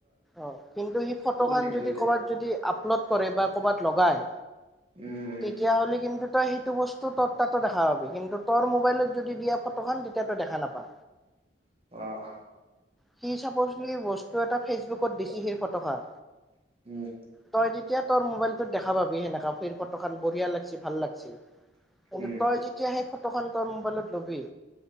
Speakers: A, in the centre; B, on the right.
A: অ'। কিন্তু সি ফটোখন
B: চেঞ্জ
A: যদি
B: হৈ যায়
A: কৰ'বাত যদি আপলোড কৰে বা ক'বাত লগায়,
B: উম
A: তেতিয়া
B: উম
A: হ'লে কিন্তু তো সেই টো বস্তু তোৰ তাটো দেখা হয়। কিন্তু তোৰ মোবাইলত যদি দিয়া ফটোখন, তেতিয়া তই দেখা নাপা।
B: অ অ
A: সি ছাপ'ছলি বস্ তই এটা ফেচ বুকত দিছি সেই ফটোখন।
B: উম
A: তই দি এতিয়া তোৰ মোবাইলটোত দেখা পাবি সেনেকা। ফিৰ ফটোখন বঢ়িয়া লাগছে। ভাল লাগছে। এনে
B: উম
A: তই যেতিয়া সেই ফ টোখন তই মোবাইলত লবি,